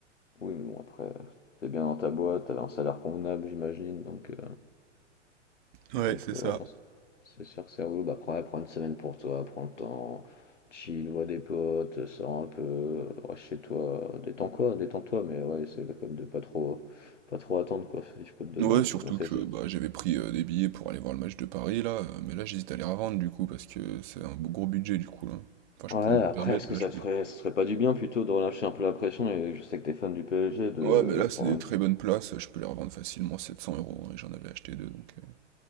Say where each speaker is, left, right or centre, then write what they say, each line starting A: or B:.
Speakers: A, on the left; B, on the right.
A: Oui, mais bon, après, t'es bien dans ta boîte, t'avais un salaire convenable, j'imagine, donc. euh,
B: Ouais,
A: Donc
B: c'est ça.
A: euh, ouais, non, c'est sûr que c'est relou. Bah, prends, ouais, prends une semaine pour toi, prends le temps, chill, vois des potes, sors un peu, reste chez toi, détends quoi, détends-toi, mais ouais, essaie de- comme de pas trop, pas trop attendre quoi, si je peux te donner
B: Ouais,
A: un petit
B: surtout
A: conseil.
B: que
A: ça.
B: bah, j'avais pris euh, des billets pour aller voir le match de Paris, là, euh, mais là j'hésite à les revendre, du coup, parce que c'est un beau- gros budget, du coup, là. Enfin, je
A: Ouais,
B: peux me le
A: après,
B: permettre,
A: est-ce que
B: là,
A: ça
B: je peux...
A: te ferait, ça te ferait pas du bien plutôt de relâcher un peu la pression, et je sais que t'es fan du PSG, de,
B: Ouais, mais là, c'est
A: pendant
B: des
A: une...
B: très bonnes places, je peux les revendre facilement 700 euros, hein, et j'en avais acheté deux, donc... euh,